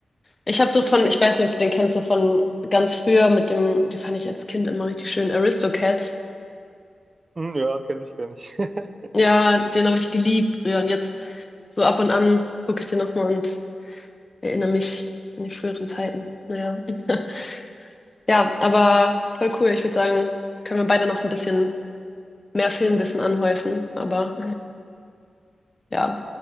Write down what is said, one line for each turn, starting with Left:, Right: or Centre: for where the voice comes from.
Left: Ich habe so von, ich weiß nicht, ob du den kennst, so von ganz früher mit dem, die fand ich als Kind immer richtig schön, Aristocats.
Right: Hm, ja, kenne ich gar nicht. <laughs>
Left: Ja, den habe ich geliebt früher und jetzt so ab und an gucke ich den nochmal und erinnere mich an die früheren Zeiten. Naja. <laughs> Ja, aber voll cool. Ich würde sagen, können wir beide noch ein bisschen mehr Filmwissen anhäufen, aber ja.